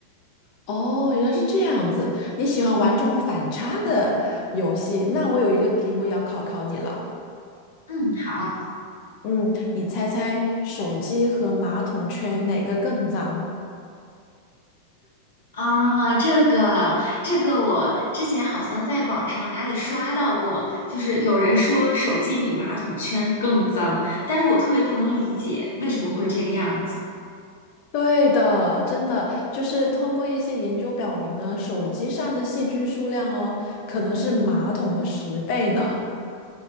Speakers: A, on the left (about 45°); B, on the left (about 65°).
A: 哦，原来是这样子。你喜欢玩这种反差的游戏？那我有一个题目要考考你了。
B: <laughs> 嗯，好。
A: 嗯，你猜猜手机和马桶圈哪个更脏？
B: 啊，这个这个，我之前好像在网上哪里刷到过，就是有人说手机比马桶圈更脏，但是我特别不能理解为什么会这个样子。
A: 对的，真的就是通过一些研究表明呢，手机上的细菌数量哦，可能是马桶的十倍呢。